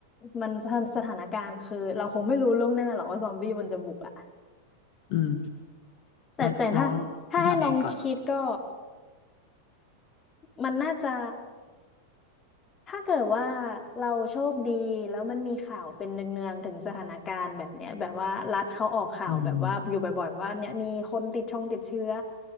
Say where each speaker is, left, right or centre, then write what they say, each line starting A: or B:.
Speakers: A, on the left (about 25°); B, on the left (about 45°).
A: มันสถานสถานการณ์คือเราคงไม่รู้ล่วงหน้าหรอกว่าซอมบี้มันจะบุกอ่ะ
B: อืม
A: แต่แต่ถ้าถ้าให้น้องคิดก็
B: แล้วแล้วจะทำยังไงก่อน
A: มันน่าจะ ถ้าเกิดว่าเราโชคดีแล้วมันมีข่าวเป็นเนืองๆถึงสถานการณ์แบบเนี้ยแบบว่ารัฐเขาออกข่าวแบบว่าอยู่บ่อยๆว่าเนี่ยมีคนติดชงติดเชื้อ
B: อืม